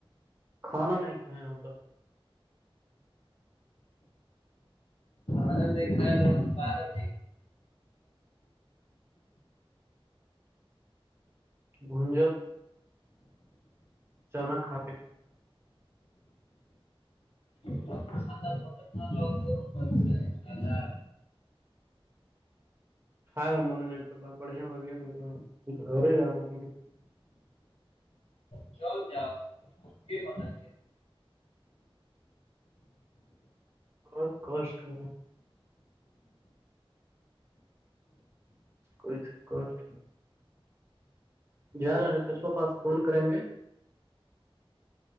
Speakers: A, on the right; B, on the left.
A: کھانا نہیں کھاائے ہم تک
B: آندیک ل فارت
A: گھجب جناکا
B: کھانا بندر بنا رہا ہو تو مست ہے کھانا
A: کھائےا من نہیں کرنا بڑھیا لگے ن گھر جانا م
B: چل چد ج منا
A: بہت کوسٹ ہو کو کوسٹ جا رہا ر سو پاس فون کریں گے